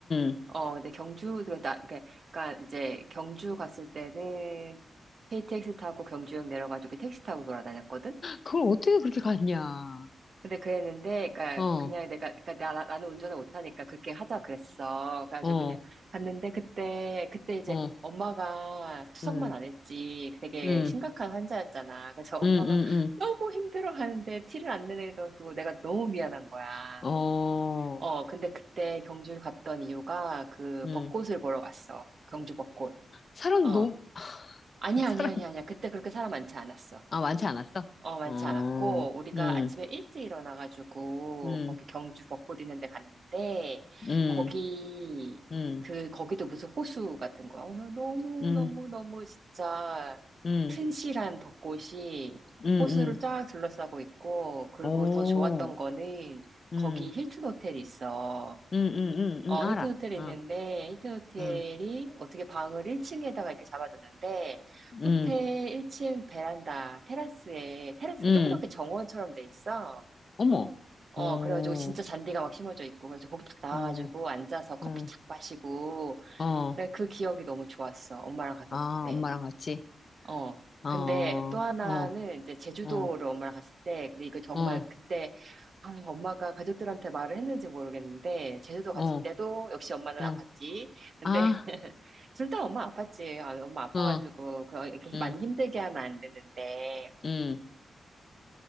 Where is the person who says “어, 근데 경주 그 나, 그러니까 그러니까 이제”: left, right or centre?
Right